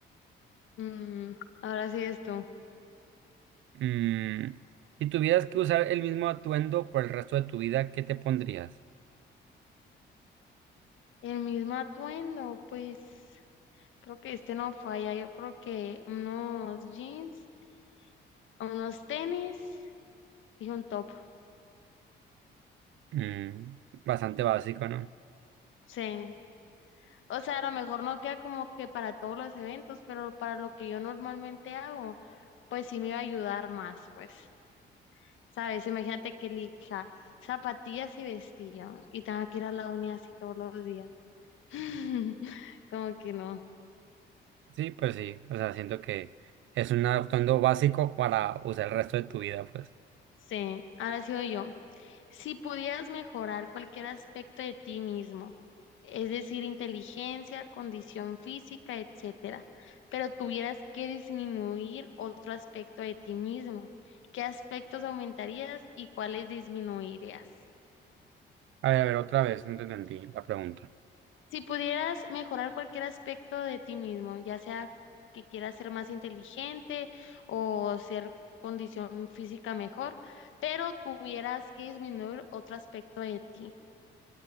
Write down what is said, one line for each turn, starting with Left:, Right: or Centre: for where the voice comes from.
Left: Mm, ahora sí esto.
Right: Mm, si tuvieras que usar el mismo atuendo por el resto de tu vida, ¿qué te pondrías?
Left: El mismo atuendo, pues creo que este no falla. Yo creo que unos jeans, unos tenis y un top.
Right: Mm, bastante básico, ¿no?
Left: Sí. O sea, a lo mejor no queda como que para todos los eventos, pero para lo que yo normalmente hago, pues sí me iba a ayudar más, pues. ¿Sabes? Imagínate que elija zapatillas y vestido y tenga que ir a la uni así todos los días. <laughs> Como que no.
Right: Sí, pues sí. O sea, siento que es un atuendo básico para usar el resto de tu vida, pues.
Left: Sí, ahora sigo yo. Si pudieras mejorar cualquier aspecto de ti mismo, es decir, inteligencia, condición física, etcétera, pero tuvieras que disminuir otro aspecto de ti mismo, ¿qué aspectos aumentarías y cuáles disminuirías?
Right: A ver, a ver, otra vez, no te entendí la pregunta.
Left: Si pudieras mejorar cualquier aspecto de ti mismo, ya sea que quieras ser más inteligente o ser condición física mejor, pero tuvieras que disminuir otro aspecto de ti,